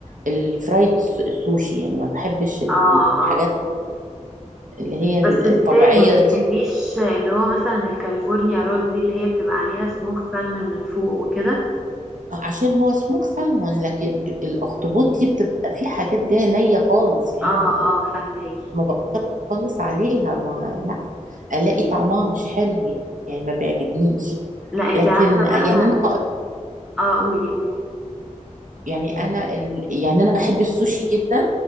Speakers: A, on the right; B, in the centre.
A: الفرايد س- سوشي يعني ما بحبش الحاجات
B: اه اه
A: اللي هي ال-
B: بس ازاي
A: الطبيعية
B: ما بتحبيش
A: دي
B: اللي هو مثلا الكاليفورنيا رول دي اللي هي بتبقى عليها سموكت سالمون من فوق وكده
A: عشان هو سموك سالمون لكن ال- الاخطبوط دي بتبقى في حاجات جاية نية خالص يعني
B: اه
A: ما
B: اه فهماكي
A: ما بخلص عليها ما
B: مم.
A: لا الاقي طعمها مش حلو يعني ما بيعجبنيش
B: لا انتي
A: لكن
B: عارفة بقى
A: يعني انا هقول-
B: اه قولي قولي
A: يعني انا ال... يعني انا بحب السوشي جدا